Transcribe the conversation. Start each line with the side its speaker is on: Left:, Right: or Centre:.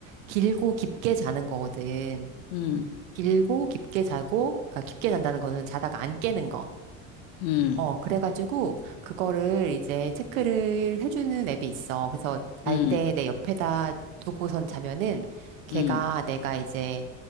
Right: 길고 깊게 자는 거거든.
Left: 음,
Right: 길고 깊게 자고, 그러니까 깊게 잔다는 거는 자다가 안 깨는 거.
Left: 음,
Right: 어, 그래가지고 그거를 이제 체크를 해주는 앱이 있어. 그래서 잘
Left: 음,
Right: 때 내 옆에다 두고선 자면은 걔가
Left: 음,
Right: 내가 이제